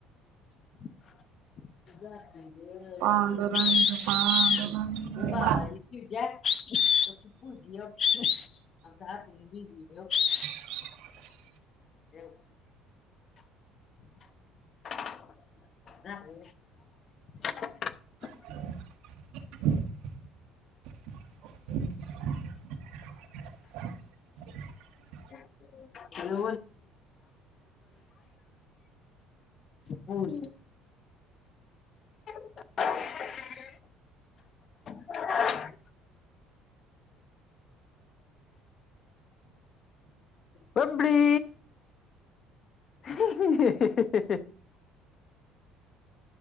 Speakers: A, on the left; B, on the right.
A: <inaudible>
B: पांडुरंग
A: <unintelligible>
B: पांडुरंग
A: <unintelligible>
B: <inaudible>
A: <unintelligible> <unintelligible>
B: <unintelligible> <inaudible>
A: <unintelligible> होय. <inaudible> <inaudible> बबडी. <unintelligible>